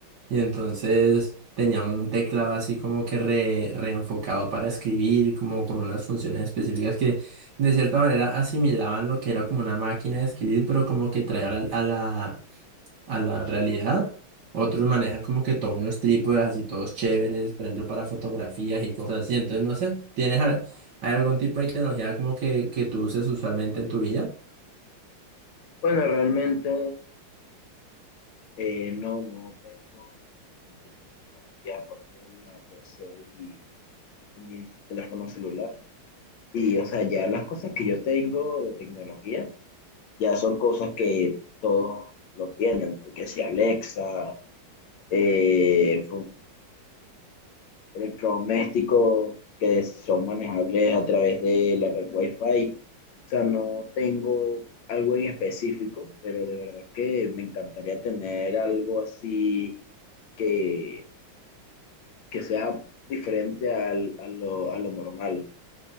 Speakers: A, on the right (about 60°); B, on the left (about 70°).
A: y entonces tenía un teclado así como que re- reenfocado para escribir, como con unas funciones específicas que de cierta manera asimilaban lo que era como una máquina de escribir, pero como que traía a la, a la realidad. Otros manejan como que todos unos trípodes así todos chéveres, por ejemplo, para fotografías y cosas así. Entonces, no sé, ¿tienes al- hay algún tipo de tecnología como que, que tú uses usualmente en tu vida?
B: Bueno, realmente eh, no, no tengo ningún tipo de tecnología aparte de la PC y, y mi teléfono celular. Y, o sea, ya las cosas que yo tengo de tecnología ya son cosas que todos lo tienen, porque si Alexa, eh, electrodomésticos que son manejables a través de la red Wi-Fi. O sea, no tengo algo en específico, pero de verdad que me encantaría tener algo así que, que sea diferente al- a lo, a lo normal.